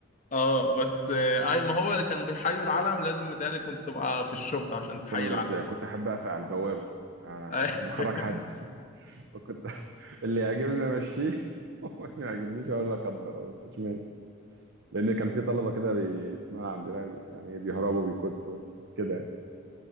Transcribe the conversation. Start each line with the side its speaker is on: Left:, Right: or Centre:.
Left: اه بس آه، اي ما هو اللي كان بيحيي العلم لازم متهيألي كنت تبقى في الشرطة عشان
Right: الشرطه
Left: تحيي
Right: المدرسيه
Left: العلم
Right: كنت احب اقف على البوابه آه،
Left: أي.
Right: ما
Left: <laughs>
Right: كنتش بخرج حد <laughs> وكنت اللي يعجبني امشيه <laughs> واللي ما يعجبنيش اقول لك قدر ما قلتش ماشي لان كان في طلبه كده بي- اسمها عندنا يعني إيه، بيهربوا بيكتوا كده يعني